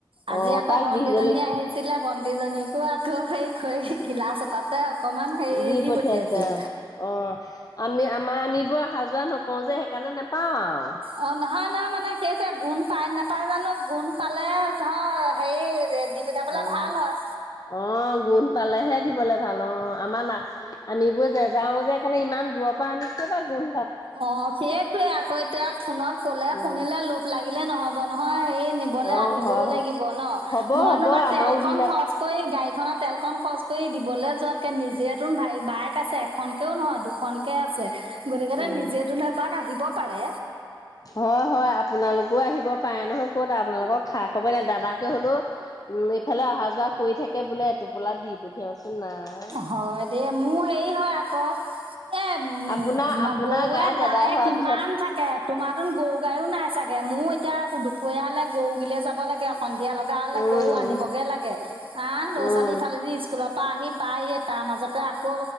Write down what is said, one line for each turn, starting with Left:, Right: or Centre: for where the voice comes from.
Right: আজি
Left: অ
Right: আকৌ
Left: তাক
Right: ভন্টিজনী
Left: বিহ জলকীয়া
Right: আহিছিলে ভণ্টিজনীকো আকৌ সেই খ গিলাচ এটাতে অকমান হেৰি
Left: দি পঠিয়াছে
Right: পঠিয়াইছোঁ।
Left: অ আমি আম আমা আমিবোৰ অহা-যোৱা নকওঁ যে সেইকাৰণে নাপাও আৱ
Right: অ নহয় নহয় মানে সেইটোৱে গুণ পাই নেপাই জানো গুণ পালে ধৰ হেৰি দি পঠিয়াবলে
Left: অ'
Right: ভাল হয়
Left: অ' গুন পালেহে দিবলে ভাল অ আমাৰ না আমিবুৱে নাযাও যে সেকাৰণে ইমান দূৰৰ পৰা আমি কপা গুন
Right: অ' সেইটোৱে আক এতিয়া ফোনত কলে
Left: উম,
Right: শুনিলে লোভ লাগিলে নহব নহয়, হেই নিবলে
Left: অ'
Right: আহিবও
Left: হয় হয়
Right: লাগিব ন।
Left: হ'ব
Right: মইনোবা
Left: হ'ব আমাৰো
Right: তেল কন
Left: দিন আছে
Right: খৰচ কৰি গাড়ীখনত তেল খন খৰচ কৰি দিবলে যোৱাতকে, নিজেতোন বাইক আছে এখনকেও নহয় দুখনকে আছে গতি নিজেতোন
Left: উম,
Right: এপাক আহিব পাৰে।
Left: হয় হয়, আপোনালোকো আহিব পাৰে নহয়, ক'ত আপোনালোকৰ খা খবই নাই, দাদাকে হলোঁ উম এফালে অহা যোৱা কৰি থাকে বোলে, এটোপোলা দি পঠিয়াওচোন নাই।
Right: হয় দে মো হেৰি হয় আক এ উম,
Left: আপোনাৰ আপোনাৰ
Right: গৰুৱে
Left: গাজ
Right: গায়ে
Left: এদাই হোৱাৰ
Right: কিমান
Left: পিছত
Right: থাকে। তোমাৰ তুন গৰু গাইও নাই চাগে, মোৰ এতিয়া দুপৰীয়া হলে গৰু গিলে যাব লাগে। সন্ধিয়া লগা হলে
Left: উম,
Right: গৰু আনিবগে
Left: উম,
Right: লাগে। আন ল'ৰা
Left: উম,
Right: ছোৱালী ইফালেদি স্কুলৰ পৰা আহি পাইহে, তাৰ মাজতে আকৌ,